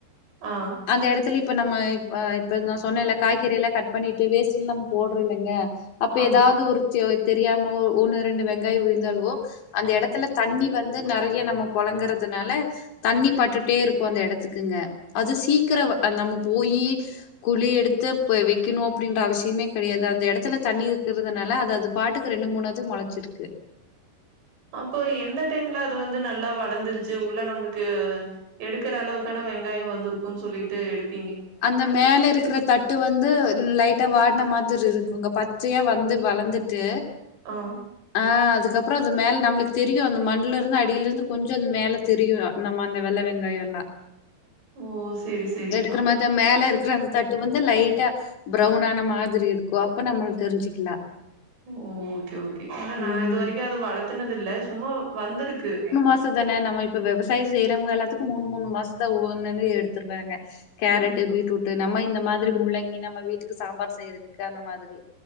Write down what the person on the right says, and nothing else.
ஆ
ஆமா
அப்போ எந்த டைம்ல அது வந்து நல்லா வளர்ந்துருச்சு உள்ள நம்மளுக்கு எடுக்கற அளவுக்கான வெங்காய வந்திருக்குன்னு சொல்லிட்டு எடுத்து
ஆ
ஓ சேரி சேரி
ஓ ஓகே ஓகே என்ன நான்
இது வரைக்கு அது வளர்த்துனது இல்ல சும்மா வந்திருக்கு
ம்.